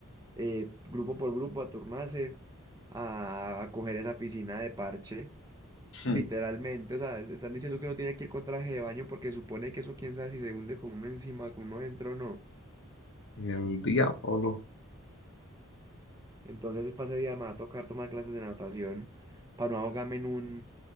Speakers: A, on the right; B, on the left.
A: eh, grupo por grupo, a turnarse, a, a coger esa piscina de parche.
B: <laughs>
A: Literalmente, o sea, es- están diciendo que no tiene que ir con traje de baño porque supone que eso quién sabe si se hunde con uno encima, con uno dentro o no.
B: El diablo.
A: Entonces, para ese día me va a tocar tomar clases de natación para no ahogarme en un,